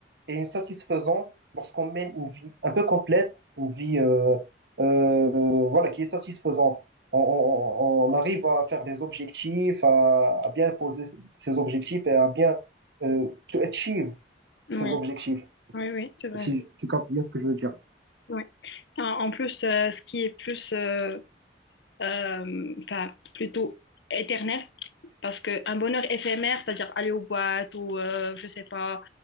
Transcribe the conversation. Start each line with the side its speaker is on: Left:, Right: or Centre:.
Right: et une satisfaisance lorsqu'on mène une vie un peu complète, une vie euh, euh, voilà, qui est satisfaisante. On, on- on arrive à faire des objectifs, à, à bien poser ses objectifs et à bien euh, to achieve
Left: oui,
Right: ses objectifs,
Left: Oui, oui, c'est vrai.
Right: si tu captes bien ce que je veux dire.
Left: oui. En, en plus, euh, ce qui est plus, euh, euh, enfin, plutôt éternel, Parce qu'un bonheur éphémère, c'est-à-dire aller aux boîtes ou, euh, je sais pas,